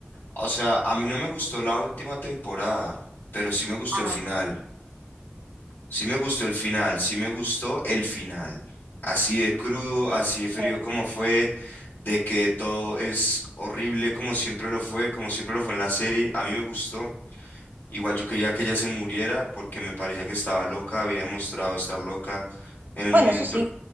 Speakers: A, on the left (about 60°); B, on the right (about 50°).
A: o sea, a mí no me gustó la última temporada, pero sí me gustó
B: Ah,
A: el final. Sí me gustó el final, sí me gustó el final. Así de crudo, así de frío
B: eh,
A: como fue, de que todo es horrible como siempre lo fue, como siempre lo fue en la serie, a mí me gustó. Igual yo quería que ella se muriera porque me parecía que estaba loca, había demostrado estar loca. En el
B: bueno,
A: momento,
B: eso sí.